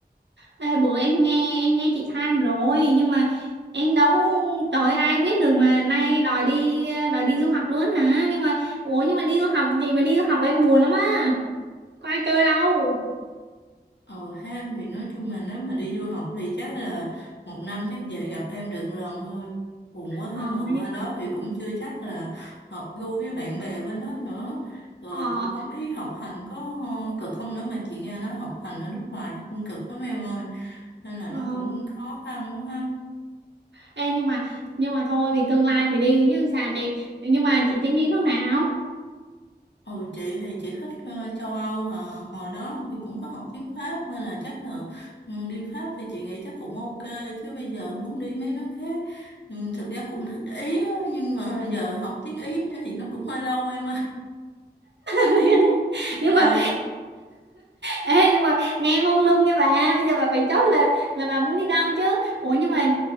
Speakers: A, on the right; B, on the left.
A: ê, bữa em nghe em nghe chị than rồi nhưng mà em đâu trời ơi, ai biết được mà nay đòi đi đòi đi du học luôn hả? Nhưng mà ủa nhưng mà đi du học chị mà đi du học là em buồn lắm á. Có ai chơi đâu.
B: Ờ ha thì nói chung là nếu mà đi du học thì chắc là một năm chắc về gặp em được lần thôi buồn quá ha
A: Ờ
B: mà
A: nhưng
B: qua đó
A: mà
B: thì cũng chưa chắc là hợp gu với bạn bè bên đó nữa rồi
A: ờ,
B: cũng không biết học hành có cực không nữa mà chị nghe nói học hành ở nước ngoài nó cũng cực lắm em ơi nên là
A: ờ.
B: nó cũng khó khăn quá ha
A: Ê, nhưng mà nhưng mà thôi vì tương lai thì đi chứ sao chị. Nhưng mà chị tính đi nước nào?
B: Ừ, chị thì chị thích ờ, châu Âu hả? Hồi đó thì cũng có học tiếng Pháp nên là chắc là ừ, đi Pháp thì chị nghĩ chắc cũng ok chứ bây giờ muốn đi mấy nước khác ừ, thực ra cũng thích Ý á, nhưng mà giờ học tiếng Ý thì nó cũng hơi lâu em ơi
A: <laughs>
B: <laughs>
A: nhưng mà
B: ừ
A: Ê nhưng mà nghe mông lung nha bà Bây giờ bà phải chốt là là bà muốn đi đâu chứ Ủa nhưng mà